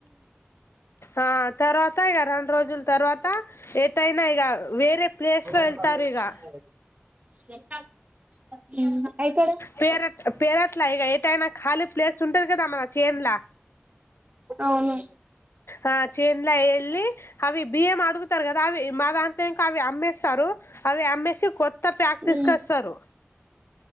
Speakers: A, on the left (about 70°); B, on the right (about 35°).
A: ఆ తర్వాత ఇగా రెండ రోజుల తర్వాత యినా ఇగ వేరే ప్లేస్లో
B: <unintelligible>
A: వెళ్తారు ఇక
B: అయికాడా
A: పేరట్ పేరట్లా ఇగ ఏటైనా ఖాళీ ప్లేస్ ఉంటది కదా మన చేన్లా
B: అవును
A: ఆ చన్ల ఎళ్ళ అవి బియ మగుతారు కదా అవి మాద అంత అవి అమ్మేస్తారు అవి అమ్మేసి కొత్త ప్యాక్
B: హ్మ్
A: తీసుకొస్తారు